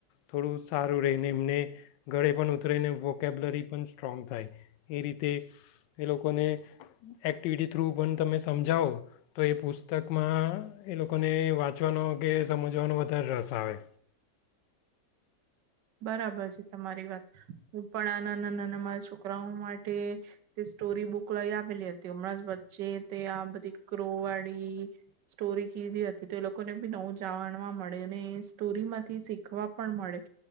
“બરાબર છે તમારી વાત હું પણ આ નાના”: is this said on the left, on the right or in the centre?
Right